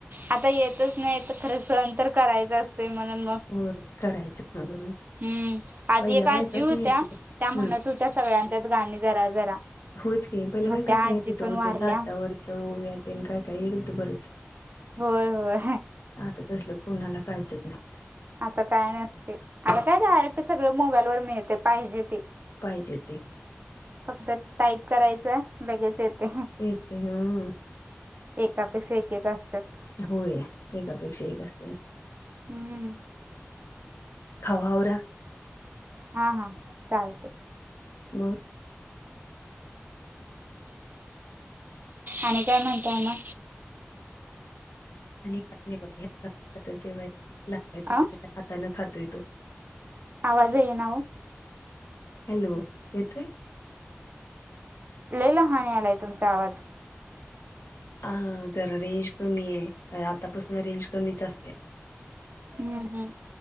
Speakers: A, on the right; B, on the left.
A: आता येतच नाही तर खरं सण तर करायचं असते म्हणून मग
B: होय करायचं हम्म.
A: हम्म. आधी
B: पहिल्या
A: एक
B: बायकाच
A: आजी होत्या
B: नाही येत होत्या
A: त्या म्हणत
B: हम्म
A: हो त्या सगळ्यांच्यात गाणी जरा जरा
B: होच की पहिला
A: मग
B: बाईकासंनी
A: त्या आजी
B: येत होतं
A: पण वारल्या
B: त्याच जात्यावरच्या ओव्यातेन काय काय येत होतं बरंच.
A: होय होय.
B: आता तसलं कोणाला काहीच येत नाही.
A: आता काय नसतय. आता काय डायरेक्ट सगळं मोबाईल वर मिळते पाहिजे ते.
B: पाहिजे ते.
A: फक्त टाईप करायचंय लगेच येतय. अहं.
B: ते येतंय हं.
A: एकापेक्षा एक एक असत्यात.
B: होय. एकापेक्षा एक असतय.
A: हम्म.
B: खवा आवरा
A: हा हा चालतय.
B: म
A: आणि काय म्हणताय मग?
B: <unintelligible>
A: अ
B: हाताने खातोय तो.
A: आवाज येईना ओ.
B: हॅलो. येतोय.
A: लई लहान आलाय तुमचा आवाज.
B: हा जरा रेंज कमी आहे तर आतापासून रेंज कमीच असते
A: हम्म हम्